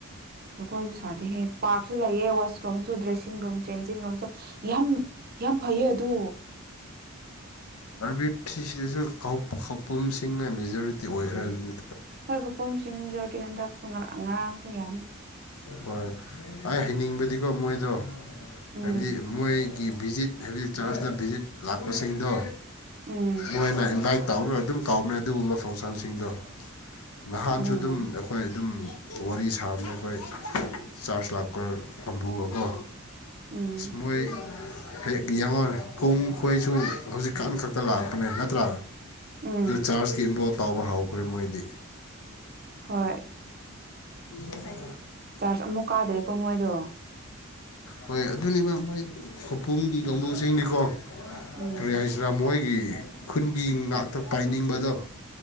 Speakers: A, on the right (about 40°); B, on the left (about 80°).
A: ꯑꯈꯣꯏꯁꯨ ꯁꯥꯗꯦꯍꯦ ꯄꯥꯔꯛꯁꯨ ꯂꯩꯑꯦ ꯋꯥꯁꯔꯨꯝꯁꯨ ꯗ꯭ꯔꯦꯁꯤꯡ ꯔꯨꯝ ꯆꯦꯟꯖꯤꯡ ꯔꯨꯝꯁꯨ ꯌꯥꯝ ꯌꯥꯝ ꯐꯩ ꯑꯗꯨ
B: ꯑꯥꯔꯕꯤ ꯁꯤ ꯁꯤꯗꯁꯨ ꯀꯐꯝꯁꯤꯡꯅ ꯃꯦꯖꯣꯔꯤꯇꯤ ꯑꯣꯏꯈ꯭ꯔꯕꯅꯤ
A: ꯍꯣꯏ ꯈꯨꯄꯨꯝ ꯖꯔꯗꯤ ꯍꯟꯗꯛꯁꯨ ꯉꯔꯥꯡ ꯉꯔꯥꯡꯁꯨ ꯌꯥꯅꯤ
B: ꯍꯣꯏ ꯑꯩ ꯍꯩꯅꯤꯡꯕꯗꯤꯀꯣ ꯃꯣꯏꯗꯣ
A: ꯎꯝ
B: ꯍꯥꯏꯕꯗꯤ ꯃꯣꯏꯒꯤ ꯚꯤꯖꯤꯠ ꯍꯥꯏꯕꯗꯤ ꯆꯔꯁꯇ ꯚꯤꯖꯤꯠ ꯂꯥꯛꯄꯁꯤꯡꯗꯣ
A: ꯎꯝ
B: ꯃꯣꯏꯅ ꯏꯕꯥꯏ ꯑꯗꯨꯝ ꯀꯥꯎꯕꯅꯦ ꯑꯗꯨꯒꯨꯝꯕ ꯐꯪꯁꯟꯁꯤꯡꯗꯣ ꯅꯍꯥꯟꯁꯨ
A: ꯑꯣ
B: ꯑꯗꯨꯝ ꯑꯩꯈꯣꯏ ꯑꯗꯨꯝ ꯋꯥꯔꯤ ꯁꯥꯕꯅꯦ ꯑꯩꯈꯣꯏ ꯆꯥꯔꯖ ꯂꯥꯛꯄꯒ ꯐꯝꯕꯨꯔꯒ
A: ꯎꯝ
B: ꯁꯃꯣꯏ ꯍꯦꯛ ꯌꯥꯡꯉꯔꯦ ꯀ ꯈꯣꯏꯁꯨ ꯍꯧꯖꯤꯛ ꯏꯀꯥꯟ ꯈꯛꯇ ꯂꯥꯛꯄꯅꯦ ꯅꯠꯇ꯭ꯔꯥ
A: ꯎꯝ
B: ꯆꯥꯔꯖꯀꯤꯕ ꯐꯥꯎꯕ ꯍꯥꯎꯈ꯭ꯔꯦ ꯃꯣꯏꯗꯤ
A: ꯍꯣꯏ
B: ꯀꯁꯥꯏ
A: ꯆꯥꯔꯖ ꯑꯃꯨꯛ ꯀꯥꯗ꯭ꯔꯦꯀꯣ ꯃꯣꯏꯗꯣ
B: ꯍꯣꯏ ꯑꯗꯨꯅꯦꯕ ꯃꯣꯏ ꯈꯨꯄꯨꯝꯒꯤ ꯀꯥꯡꯕꯨꯁꯤꯡꯗꯤꯀꯣ
A: ꯎꯝ
B: ꯀꯔꯤꯌꯥꯁꯔꯥꯃꯣꯏ ꯈꯨꯟꯒꯤ ꯉꯥꯛꯇ ꯄꯥꯏꯅꯤꯡꯕꯗꯣ